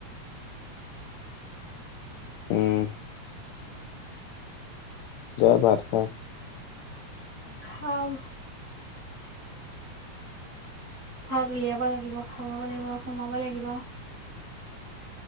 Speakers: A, on the left; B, on the right.
A: উম যা ভাত, খা
B: খাম ভাত উলিয়াব লাগিব খাব লাগিব সোমাব লাগিব।